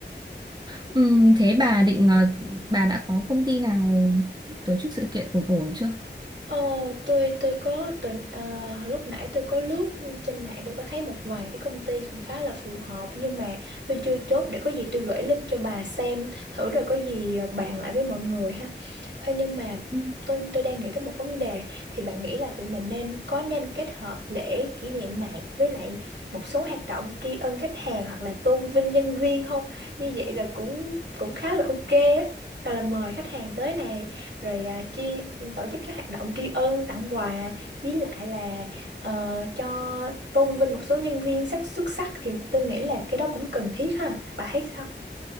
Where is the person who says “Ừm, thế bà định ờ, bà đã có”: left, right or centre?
Right